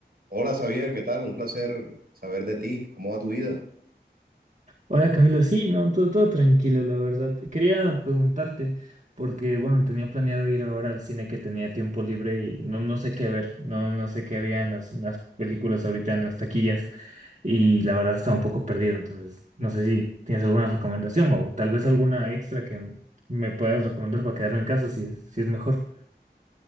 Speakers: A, on the right (about 60°); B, on the right (about 45°).
A: Hola Xavier, ¿qué tal? Un placer saber de ti. ¿Cómo va tu vida?
B: Hola Camilo, sí, no, todo, todo tranquilo, la verdad. Quería preguntarte, porque bueno, tenía planeado ir ahora al cine que tenía tiempo libre y no, no sé qué ver, no, no sé qué había en las, en las películas ahorita en las taquillas y la verdad estaba un poco perdido, entonces no sé si tienes alguna recomendación o tal vez alguna extra que me puedas recomendar para quedarme en casa si es, si es mejor.